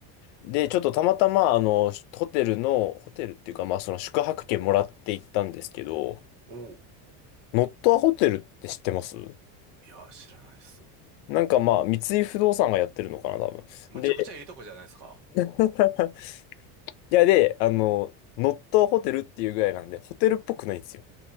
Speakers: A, on the left; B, on the right.
A: で、ちょっとたまたま、あの、ホテルの、ホテルっていうか、まあ、その宿泊券もらって行ったんですけど、
B: おお。
A: ノットアホテルって知ってます
B: いやー、知らないです。
A: なんかまあ、三井不動産がやってるのかな、多分。
B: むちゃくちゃいいとこじゃないですか。
A: で、<laughs> いや、で、あの、ノットホテルっていうぐらいなんで、ホテルっぽくないんですよ。